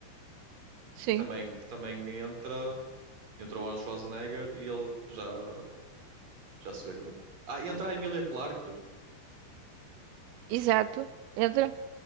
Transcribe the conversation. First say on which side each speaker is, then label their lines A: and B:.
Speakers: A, on the right; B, on the right.
A: Sim,
B: que também, que também entra. Entra o Arnold Schwarzenegger e ele já, já se vê que não. Ah, e entra a Emilia Clarke.
A: exato. Entra.